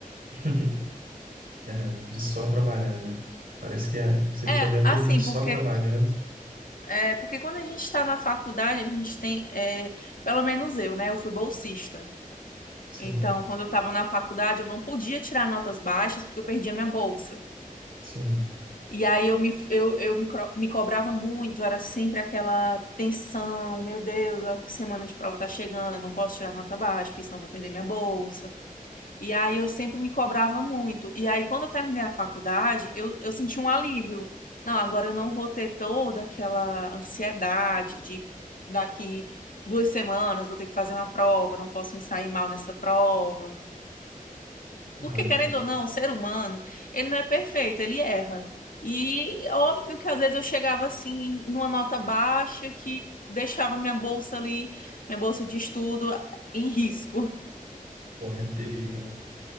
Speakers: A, on the right (about 85°); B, on the left (about 65°).
A: <laughs> É, de só trabalhar, né? Parece que, é, que você
B: É,
A: fica vendo
B: assim,
A: todo mundo só
B: porque,
A: trabalhando.
B: é, porque quando a gente está na faculdade, a gente tem, é, pelo menos eu, né? Eu fui bolsista.
A: Sim,
B: Então, quando eu estava na faculdade, eu não podia tirar notas baixas porque eu perdia minha bolsa.
A: sim.
B: E aí eu me, eu, eu me, cro- me cobrava muito, era sempre aquela tensão, meu Deus, a semana de prova tá chegando, eu não posso tirar nota baixa, porque senão eu vou perder minha bolsa. E aí eu sempre me cobrava muito. E aí quando eu terminei a faculdade, eu, eu senti um alívio. Não, agora eu não vou ter toda aquela ansiedade de daqui duas semanas vou ter que fazer uma prova, não posso me sair mal nessa prova. Porque,
A: Ah, imagina,
B: querendo ou não, o ser humano, ele não é perfeito, ele erra. E óbvio que às vezes eu chegava assim, numa nota baixa, que deixava minha bolsa ali, minha bolsa de estudo, em risco.
A: correndo perigo, né?